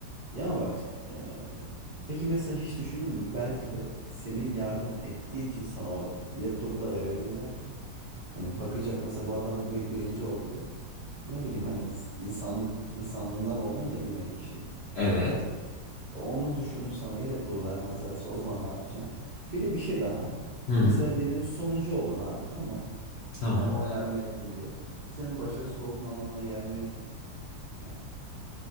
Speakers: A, on the right; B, on the left.
A: Ya ama bak e, peki mesela hiç düşündün mü? Belki de senin yardım ettiğin için sana o laptopu da verebilirler ki. Hani bakacak mesela bu adam direkt birinci oldu. Ne bileyim hani s- insanlık insanlığından oldun ya bir nevi şimdi.
B: Evet.
A: Onu düşünüp sana yer laptopu vermezlerse o zaman ne yapacaksın? Bir de bir şey daha.
B: Hı hı.
A: Mesela diyelim sonuncu oldun abi tamam.
B: Tamam.
A: Hani ona yardım ettin diye. Bu senin başarısız olduğun anlamına gelmiyor ki. Yani